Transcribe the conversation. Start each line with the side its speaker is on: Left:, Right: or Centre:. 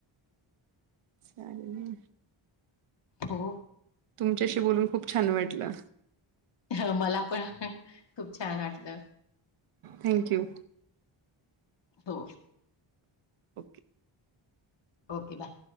Right: सानवी
Left: हो
Right: तुमच्याशी बोलून खूप छान वाटलं.
Left: हो मला पण खूप छान वाटलं.
Right: Thank you.
Left: हो
Right: ओके
Left: ओके बाय.